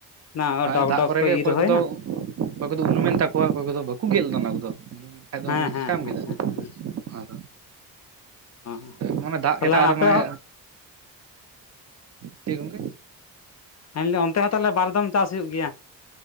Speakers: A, on the left (about 40°); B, on the right (about 40°).
A: ᱚᱱᱟ
B: ᱟᱭᱮ
A: ᱰᱚᱜᱽ
B: ᱫᱟᱜ
A: ᱰᱚᱜᱽ
B: ᱠᱚᱨᱮ
A: ᱠᱚ
B: ᱜᱮ ᱚᱠᱚᱭ
A: ᱤᱨ ᱦᱩᱭᱱᱟ
B: ᱠᱚᱫᱚ ᱚᱠᱚᱭ ᱠᱚᱫᱚ ᱩᱱᱩᱢᱮᱱ ᱛᱟᱠᱚᱣᱟ ᱚᱠᱚᱭ ᱠᱚᱫᱚ ᱵᱟᱠᱩ ᱜᱮᱫ ᱞᱮᱫᱟ ᱚᱱᱟ ᱠᱚᱫᱚ ᱩᱱᱩᱢᱮᱱ ᱠᱷᱟᱱ ᱫᱚ
A: ᱦᱮᱸ
B: ᱚᱱᱟ ᱫᱚ
A: ᱦᱮᱸ
B: ᱪᱤᱠᱟᱢ
A: ᱦᱮᱸ
B: ᱠᱮᱫᱟ
A: ᱦᱮᱸ
B: ᱟᱫᱚ
A: ᱚ
B: ᱮᱢᱚᱱᱮ ᱫᱟᱜ
A: ᱛᱟᱦᱚᱞᱮ
B: ᱠᱮᱫᱟᱭ ᱟᱨ
A: ᱟᱯᱮ
B: ᱢᱟᱱᱮ ᱪᱮᱜ ᱜᱚᱝᱠᱮ
A: ᱮᱱ <unintelligible> ᱚᱱᱛᱮ ᱦᱚᱸ ᱛᱟᱦᱚᱞᱮ ᱵᱟᱨ ᱫᱚᱢ ᱪᱟᱥ ᱦᱳᱭᱳᱜ ᱜᱤᱭᱟ?